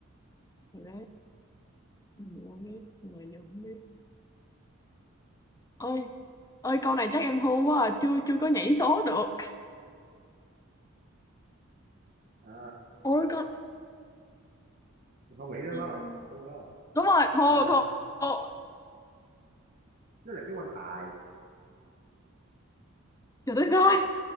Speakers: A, on the left; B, on the right.
A: người bán biết người mua biết người dùng không biết ơi ơi câu này chắc em thua quá à. chưa chưa có nhảy số được
B: Ờ,
A: ôi con
B: không nghĩ nữa
A: ừm,
B: phải không đúng không
A: đúng rồi thua
B: Ờ,
A: thua thua
B: nó là cái quan tài
A: trời đất ơi